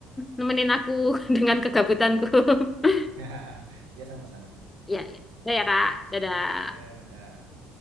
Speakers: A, on the left (about 15°); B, on the right (about 80°).
A: nemenin aku <laughs> dengan kegabutanku. <laughs>
B: <laughs> Ya sama-sama sama.
A: Ya, ya. Ya, ya, Kak.
B: Ya.
A: Dadah.
B: Ya udah.